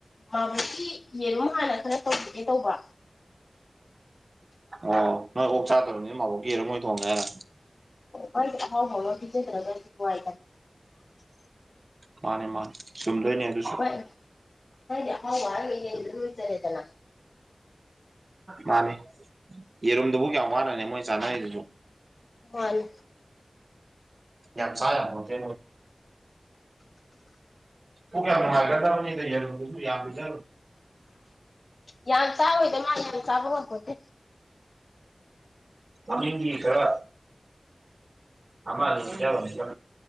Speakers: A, on the left (about 65°); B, on the right (about 60°).
A: ꯑꯕ ꯌꯦꯉ ꯍꯥꯟꯅ ꯈꯔ ꯇꯧꯈꯤꯒꯦ ꯇꯧꯕ
B: ꯑꯣ ꯅꯣꯏ ꯑꯣꯛ ꯆꯥ ꯇꯔꯅꯦ ꯃꯥꯕꯣꯛ ꯀꯦꯔ ꯃꯣꯏ ꯊꯣꯡꯉꯦ ꯍꯥꯏꯔ
A: ꯍꯣꯏ ꯍꯥꯎ ꯍꯥꯎ ꯍ ꯏꯆꯦ ꯔꯒ ꯍꯣꯏ
B: ꯃꯥꯅꯦ ꯃꯥꯅꯦ ꯆꯨꯝꯗꯣꯏꯅꯦ ꯑꯗꯨꯁꯨ
A: ꯍꯣꯏ ꯍꯥꯎ ꯌꯦꯗ ꯆꯔꯦꯗꯅ
B: ꯃꯥꯅꯤ ꯌꯦꯔꯨꯝꯗꯨꯕꯨ ꯀꯌꯥꯝ ꯋꯥꯠꯅꯅꯤ ꯃꯣꯏ ꯆꯥꯟꯅꯔꯤꯗꯨꯁꯨ
A: ꯃꯥꯅꯤ
B: ꯌꯥ ꯆ ꯃ ꯍꯧꯗꯤ ꯎ ꯀ ꯍꯥꯏ ꯌꯥ ꯌꯥꯖꯔ <inaudible>
A: ꯌꯥꯝ ꯆꯥꯎꯗ ꯃꯥ ꯆꯕꯕꯄꯗꯤꯦ
B: ꯑꯃꯤꯗꯤ ꯈꯔ ꯑꯃ ꯌꯥꯕ ꯌꯥ